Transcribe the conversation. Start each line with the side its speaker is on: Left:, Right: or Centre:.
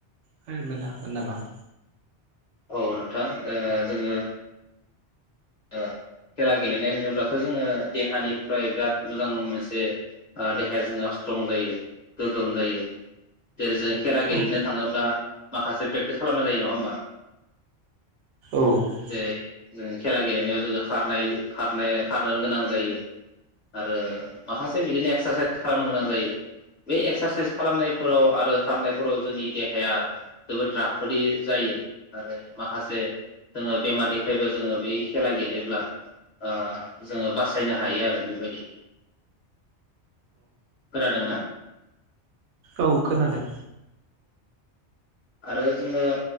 Right: हो मोननो हागोन नामा?
Left: औ नोंथां ओ जोङो ओ खेला गेलेनाय होनोब्लाथ' जोङो देहानिफ्राय बिराद मोजां मोनसे देहाया जोंना स्ट्रं जायो गोग्गोम जायो। जेरै जों खेला गेलेनो
Right: औ
Left: थाङोब्ला माखासे प्रेक्टिस खालामना जायो नङा होमबा।
Right: औ
Left: जाय जाय। खेला गेलेनायाव जोङो खारनाय खारनाय खारनो गोनां जायो। आरो माखासे बिदिनो एक्सारसाइस खालामनो गोनां जायो। बे एक्सारसाइस खालामनायफोराव आरो खारनायफोराव जोंनि देहाया जोबोद राफोदै जायो। आरो माखासे जोङो बेमारनिफ्रायबो जोङो बै खेला गेलेब्ला ओ जोङो बासायनो हायो आरो बेबायदि। खोनादोंना?
Right: औ खोनादों।
Left: आरो जोङो